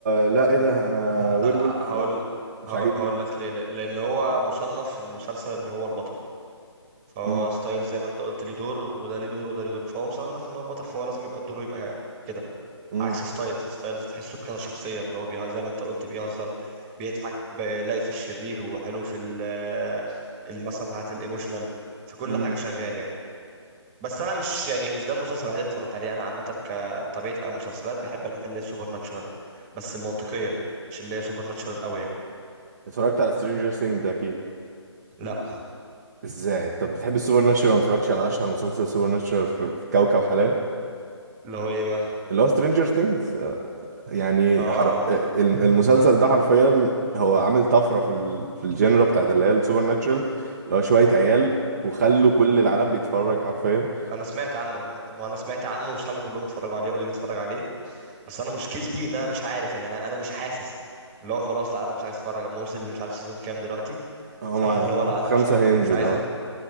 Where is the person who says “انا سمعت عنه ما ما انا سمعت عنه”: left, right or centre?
Right